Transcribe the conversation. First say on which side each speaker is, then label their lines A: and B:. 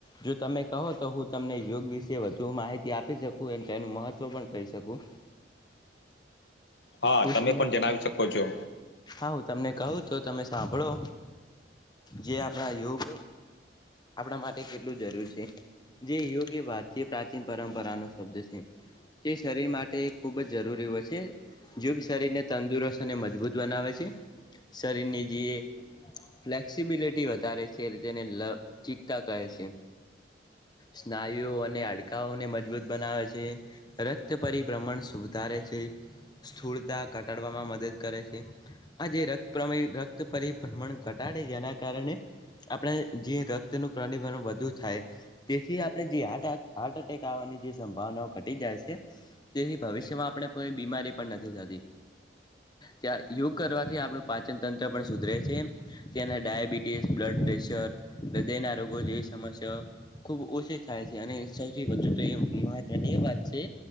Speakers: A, on the left; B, on the left.
A: જો તમે કહો તો હું તમને યોગ વિશે વધુ માહિતી આપી શકું અને તેનું મહત્વ પણ કહી શકું?
B: હા
A: હું
B: તમે
A: તમને
B: પણ જણાવી શકો છો.
A: હા હું તમને કહું તો તમે સાંભળો. જે આપણા યોગ આપણા માટે કેટલું જરૂરી છે જે યોગ એ ભારતીય પ્રાચીન પરંપરાનો શબ્દ છે તે શરીર માટે ખૂબ જ જરૂરી હોય છે ગ શરીરને તંદુરસ્ત અને મજબૂત બનાવે છે શરીરની જે ફ્લેક્સિબિલિટી વધારે છે તેને લચિકતા કહે છે સ્નાયુઓ અને હાડકાઓને મજબૂત બનાવે છે રક્ત પરિભ્રમણ સુધારે છે સ્થૂળતા ઘટાડવામાં મદદ કરે છે આ જે રક્ત રક્ત પરિભ્રમણ ઘટાડે જેના કારણે આપણે જે રક્તનું પ્ર વધુ થાય તેથી આપણે હ ની જે સંભાવનાઓ ઘટી જાય છે તેથી ભવિષ્યમાં આપણે પણ નથી થતી ત્યા યોગ કરવાથી આપણું પાચન તંત્ર પણ સુધરે છે તેને ડાયાબિટીસ બ્લડ પ્રેશર હૃદય ના રોગો જેવી સમસ્યા ખુબ ઓછી થાય છે અને સૌથી વધુ તો એ મહત્વની એ વાત છે